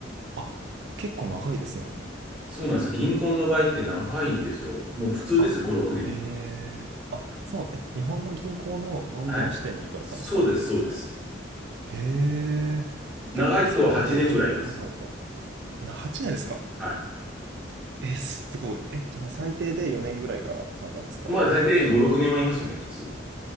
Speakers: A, on the right; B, in the centre.
A: あ、結構長いですね。
B: そうなんですよ。銀行の場合って長いんですよ。もう普通ですよ、
A: あ、
B: 5、6年。
A: へえ。あ、そう、え、日本の銀行のロンドン支店に行かれてたんですか
B: はい。そうです、そうです。
A: へえ。
B: 長い人は8年ぐらいいます。
A: 結構使う方いらっしゃ、はいはいはい。な、8年ですか
B: はい。
A: え、すごい。え、じゃあもう最低で4年ぐらいからって感じなんですか海外駐在は。
B: まあ、大体5、6年はいますよね、普通。